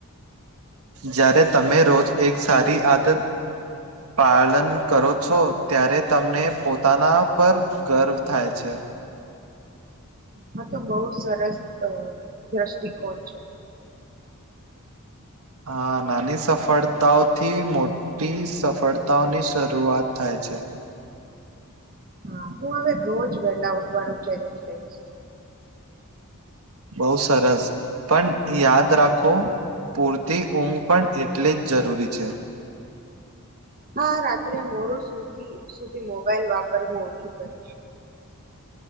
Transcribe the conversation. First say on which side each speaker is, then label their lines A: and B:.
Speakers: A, on the right; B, on the right.
A: જ્યારે તમે રોજ એક સારી આદત પાલન કરો છો ત્યારે તમને પોતાના પર ગર્વ થાય છે
B: આ તો બહુ સરસ દ્રષ્ટિકોણ છે
A: હા નાની સફળતાઓથી મોટી સફળતાઓની શરૂઆત થાય છે
B: હા હું હવે રોજ વેલા ઉઠવાનું ચેલેન્જ પ
A: બઉ સરસ પણ યાદ રાખો પૂર થી ઊંઘ પણ એટલે જ જરૂરી છે
B: હા રાત્રે મોડું સુધી મોબાાઈલ વાપરવું ઓછું કરીશ